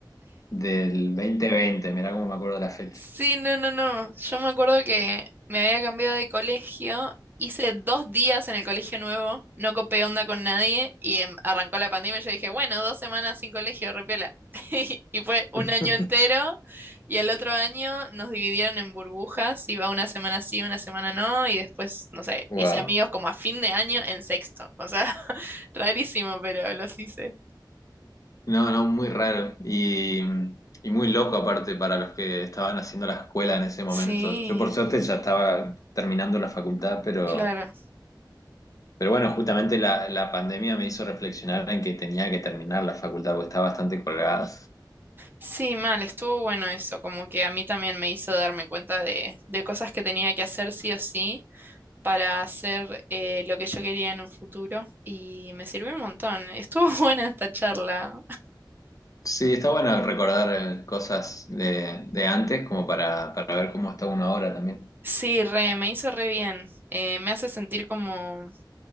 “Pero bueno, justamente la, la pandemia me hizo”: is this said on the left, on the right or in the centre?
Left